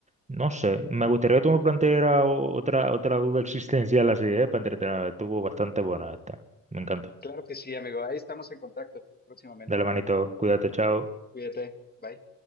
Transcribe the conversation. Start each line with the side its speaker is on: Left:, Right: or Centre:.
Right: no sé, me gustaría que tú me plantearas o- otra, otra duda <laughs> existencial así, ¿eh? Para entretener. Estuvo bastante buena esta. Me encantó.
Left: claro que sí, amigo. Ahí estamos en contacto próximamente.
Right: Dale manito, cuídate, chao.
Left: Cuídate. Bye.